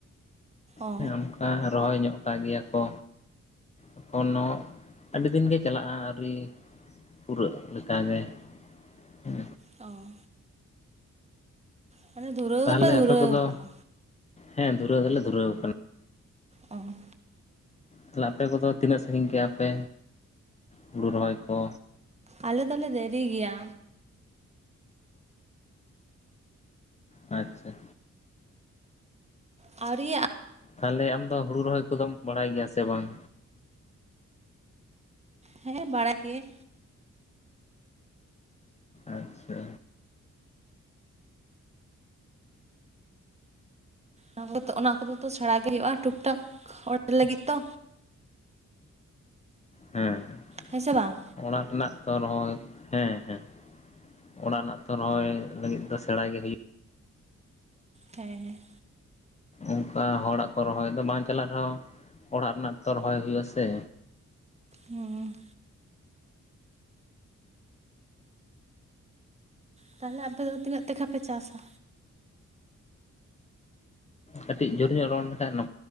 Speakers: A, on the right; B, on the left.
A: ᱚ
B: ᱦᱮᱸ ᱚᱱᱠᱟ ᱨᱚᱦᱚᱭ ᱧᱚᱜ ᱠᱟᱜ ᱜᱮᱭᱟ ᱠᱚ᱾ ᱮᱠᱷᱚᱱᱚᱸ ᱟᱹᱰᱤ ᱫᱤᱱ ᱜᱮ ᱪᱟᱞᱟᱜᱼᱟ, ᱟᱹᱣᱨᱤ ᱯᱩᱨᱟᱹᱜ ᱞᱮᱠᱟᱜᱮ ᱦᱩᱸ᱾
A: ᱚ᱾ ᱢᱟᱱᱮ ᱫᱷᱩᱨᱟᱹᱣ
B: ᱛᱟᱦᱚᱞᱮ
A: ᱫᱚᱯᱮ ᱫᱷᱩᱨᱟᱹᱣ
B: ᱟᱯᱮ ᱠᱚᱫᱚ
A: ᱠᱟᱱᱟ?
B: ᱦᱮᱸ ᱫᱷᱩᱨᱟᱹᱣ ᱫᱚᱞᱮ ᱫᱷᱩᱨᱟᱹᱣ ᱠᱟᱱᱟ᱾
A: ᱚᱸ᱾
B: ᱛᱟᱦᱞᱮ ᱟᱯᱮ ᱠᱚᱫᱚ ᱛᱤᱱᱟᱹᱜ ᱥᱟᱝᱜᱤᱧ ᱠᱮᱜᱼᱟ ᱯᱮ ᱦᱩᱲᱩ ᱨᱚᱦᱚᱭ ᱠᱚ?
A: ᱟᱞᱮ ᱫᱚᱞᱮ ᱫᱮᱨᱤ ᱜᱮᱭᱟ᱾
B: ᱟᱪᱪᱷᱟ᱾
A: ᱟᱣᱨᱤᱭᱟᱜ
B: ᱛᱟᱦᱞᱮ ᱟᱢ ᱫᱚ ᱦᱩᱲᱩ ᱨᱚᱦᱚᱭ ᱠᱚᱫᱚᱢ ᱵᱟᱲᱟᱭ ᱜᱮᱭᱟ ᱥᱮ ᱵᱟᱝ?
A: ᱦᱮᱸ ᱵᱟᱲᱟᱭ ᱜᱮᱭᱟᱹᱧ᱾
B: ᱟᱪᱪᱷᱟ᱾
A: ᱚᱱᱟ ᱠᱚ ᱚᱱᱟ ᱠᱚᱫᱚ ᱛᱚ ᱥᱮᱬᱟ ᱜᱮ ᱦᱩᱭᱩᱜᱼᱟ ᱴᱩᱠ ᱴᱷᱟᱠ ᱚᱲᱟᱜ ᱞᱟᱹᱜᱤᱫ ᱛᱚ᱾
B: ᱦᱮᱸ ᱦᱮᱸ᱾
A: ᱦᱮᱸᱥᱮ ᱵᱟᱝ?
B: ᱚᱲᱟᱜ ᱨᱮᱱᱟᱜ ᱛᱚ ᱨᱚᱦᱚᱭ ᱦᱮᱸ ᱦᱮᱸ ᱚᱲᱟᱜ ᱨᱮᱱᱟᱜ ᱛᱚ ᱨᱚᱦᱚᱭ ᱞᱟᱹᱜᱤᱫ ᱫᱚ ᱥᱮᱬᱟᱭ ᱜᱮ ᱦᱩᱭᱩᱜ
A: ᱦᱮᱸ᱾
B: ᱚᱝᱠᱟ ᱦᱚᱲᱟᱜ ᱠᱚ ᱨᱚᱦᱚᱭ ᱫᱚ ᱵᱟᱝ ᱪᱟᱞᱟᱜ ᱨᱮᱦᱚᱸ, ᱚᱲᱟᱜ ᱨᱮᱱᱟᱜ ᱛᱚ ᱨᱚᱦᱚᱭ ᱦᱩᱭᱩᱜ ᱟᱥᱮ?
A: ᱦᱩᱸ᱾ ᱛᱟᱦᱚᱞᱮ ᱟᱯᱮᱚ ᱫᱚ ᱛᱤᱱᱟᱹᱜ ᱛᱮᱠᱷᱟ ᱯᱮ ᱪᱟᱥᱟ?
B: ᱠᱟᱹᱴᱤᱡ ᱡᱳᱨ ᱧᱚᱜ ᱨᱚᱲ ᱞᱮᱠᱷᱟᱡ ᱱᱟ